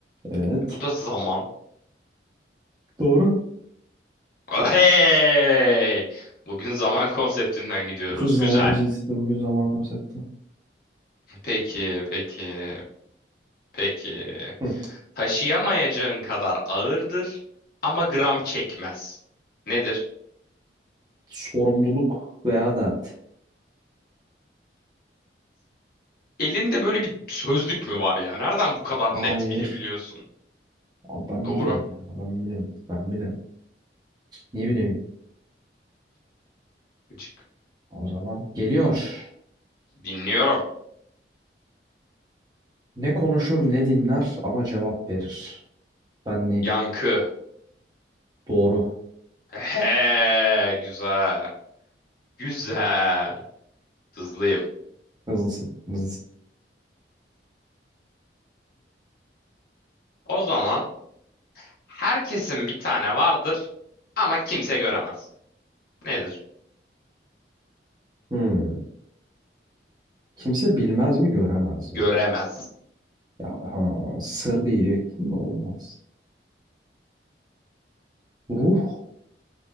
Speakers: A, on the right; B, on the left.
A: Evet.
B: Bu da zaman.
A: Doğru.
B: Hey! Bugün zaman konseptinden gidiyoruz.
A: Zaman
B: Güzel.
A: işte bugün zaman konsepti.
B: Peki, peki, peki.
A: Hı.
B: Taşıyamayacağın kadar ağırdır ama gram çekmez. Nedir?
A: Sorumluluk veya dert.
B: Elinde böyle bir sözlük mü var ya? Nereden bu kadar
A: Hayır.
B: net bilebiliyorsun?
A: Abi ben
B: Doğru.
A: bilirim ya. Ben bilirim. Ben bilirim. Niye bileyim?
B: Gıcık.
A: O zaman geliyor.
B: Dinliyorum.
A: Ne konuşur ne dinler ama cevap verir. Ben neyim?
B: Yankı.
A: Doğru.
B: He, güzel. Güzel. Hızlıyım.
A: Hızlısın, hızlısın.
B: O zaman herkesin bir tane vardır ama kimse göremez. Nedir?
A: Hmm. Kimse bilmez mi göremez mi?
B: Göremez.
A: Ya ha, sır diyecektim de olmaz. Ruh.